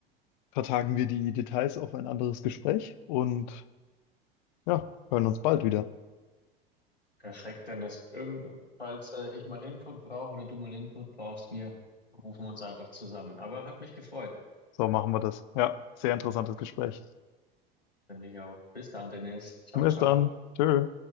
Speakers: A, on the left; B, on the left.
A: vertagen wir die Details auf ein anderes Gespräch und Ja, hören uns bald wieder.
B: perfekt, Dennis. Irgend, falls äh, ich mal Input brauche oder du mal Input brauchst, wir rufen uns einfach zusammen. Aber hat mich gefreut,
A: So machen wir das. Ja, sehr interessantes Gespräch.
B: finde ich auch. Bis dann, Dennis. Ciao,
A: Bis
B: ciao.
A: dann. Tschö.